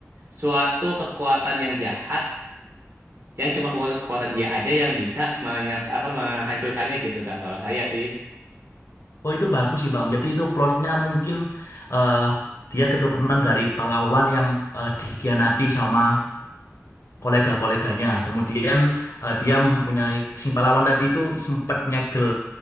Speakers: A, on the right; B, on the left.
A: suatu kekuatan yang jahat Jangan cuma kekuatan-kekuatan dia aja yang bisa menyes apa menghancurkannya gitu Kak. Kalau saya sih
B: Oh itu bagus sih Bang. Jadi itu plotnya mungkin eh, dia keturunan dari pahlawan yang eh, dikhianati sama kolega-koleganya. Kemudian eh, dia mempunyai si pahlawan tadi itu sempat nyegel